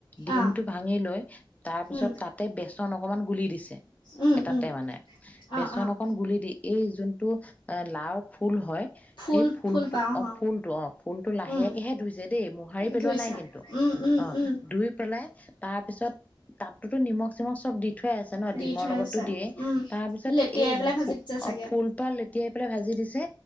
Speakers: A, on the left (about 15°); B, on the left (about 65°).
A: ডিমটো
B: অ',
A: ভাঙি লৈ তাৰপিছত
B: উম,
A: তাতে বেচন অকমান গুলি দিছে
B: উম,
A: এটাতে
B: উম,
A: মানে বেচন
B: অ', অ',
A: অকন গুলি দি এই যোন টো এ লাও ফুল হয়।
B: ফুল
A: সেই ফুলটো
B: ফুল পাওঁ
A: অ ফুল টো অ ফুল টো লাহেকেহে
B: উম,
A: ধুইছে দেই মোহাৰি পেলোৱা
B: ধুইছে
A: নাই কিন্তু
B: উম, উম,
A: অ
B: উম,
A: ধুই পেলাই তাৰ পিছত তাততোট নিমখ চিমখ চব দি থোৱাই আছে ন
B: দি
A: ডিমৰ
B: থৈ
A: লগতো
B: আছে
A: দিয়ে
B: উম,
A: তাৰপিছত
B: লেটিয়াই পেলাই ভাজি দিছে চাগে
A: অ ফুল পাহ লেতিয়াই পেলাই ভাজি দিছে